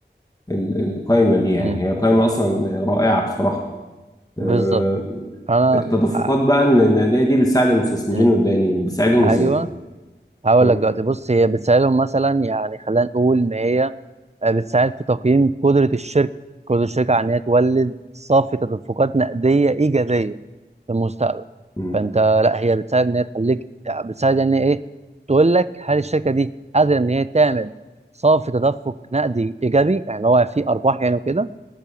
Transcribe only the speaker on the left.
ال- القايمة دي يعني
هي قايمة أصلا رائعة بصراحة آه،
التدفقات
بقى ان النقدية دي بتساعد المستثمرين
والدائنين بتساعدهم
ازاي؟
مم.
مم.